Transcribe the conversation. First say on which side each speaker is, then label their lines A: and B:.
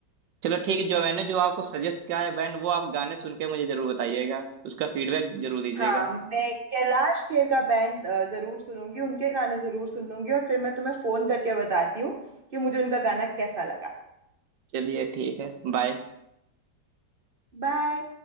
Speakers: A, on the right (about 85°); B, on the right (about 55°).
A: चलो ठीक है जो मैंने जो आपको सजेस्ट किया है बैंड वो आप गाने सुन के मुझे जरूर बताइएगा उसका फीडबैक जरूर दीजिएगा
B: हाँ मैं कैलाश खेर का बैंड अ, जरूर सुनूंगी उनके गाने जरूर सुनूंगी और फिर मैं तुम्हें फोन करके बताती हूँ कि मुझे उनका गाना कैसा लगा
A: चलिए ठीक है बाय
B: बाय